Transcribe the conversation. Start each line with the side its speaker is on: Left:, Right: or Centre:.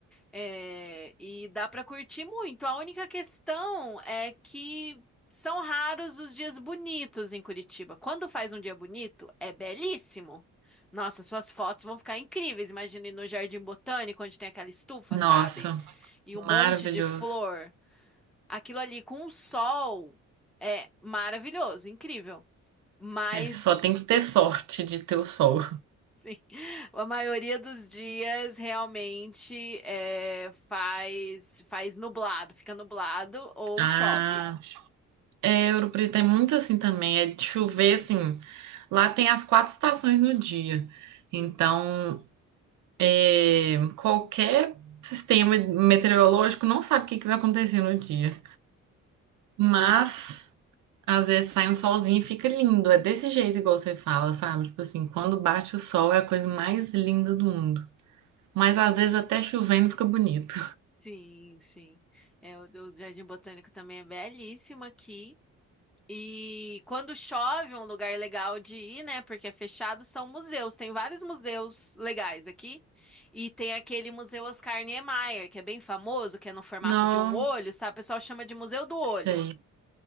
Centre: É, e dá para curtir muito. A única questão é que são raros os dias bonitos em Curitiba. Quando faz um dia bonito, é belíssimo. Nossa, suas fotos vão ficar incríveis. Imagina ir no Jardim Botânico, onde tem aquela estufa,
Right: Nossa,
Centre: sabe? E um monte
Right: maravilhoso.
Centre: de flor. Aquilo ali com o sol é maravilhoso, incrível. Mas
Right: É, só tem que ter sorte de ter o sol.
Centre: Sim, a maioria dos dias realmente é, faz faz nublado, fica nublado ou
Right: Ah,
Centre: chove.
Right: é, Ouro Preto é muito assim também. É de chover, assim. Lá tem as quatro estações no dia. Então,
Centre: Hum,
Right: é, qualquer sistema meteorológico não sabe o que que vai acontecer no dia. Mas, às vezes sai um solzinho e fica lindo. É desse jeito, igual você fala, sabe? Tipo assim, quando
Centre: uhum.
Right: bate o sol é a coisa mais linda do mundo. Mas às vezes até chovendo fica bonito.
Centre: Sim, sim. É, o, o Jardim Botânico também é belíssimo aqui. E quando chove, um lugar legal de ir, né? Porque é fechado, são museus. Tem vários museus legais aqui. E tem aquele Museu Oscar Niemeyer, que é bem famoso, que é no formato
Right: Não
Centre: de um olho, sabe? O pessoal chama de Museu do Olho.
Right: sei.